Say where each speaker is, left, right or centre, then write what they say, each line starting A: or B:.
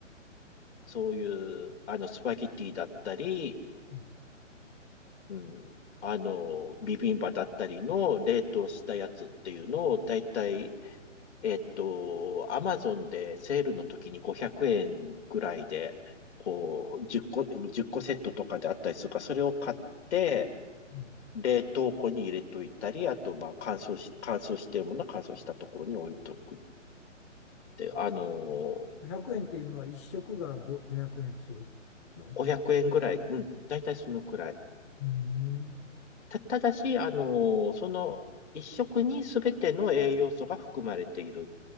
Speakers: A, on the left; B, on the left.
A: そういう、あの、スパゲティだったり、
B: うん
A: うん、あの、ビビンバだったりの冷凍したやつっていうのを、だいたい、えっと、アマゾンでセールの時に500円ぐらいで、こう、10個、1個セットとかであったりするから、それを買って、
B: うん
A: 冷凍庫に入れといたり、あと、まあ、乾燥し、乾燥してるものは乾燥したところに置いとくって、あの、
B: 500円っていうのは一食が500円するの
A: 500円ぐらい、うん、だいたいそのくらい。
B: うーん。
A: た、ただし、あの、その一食に全ての栄養素が含まれている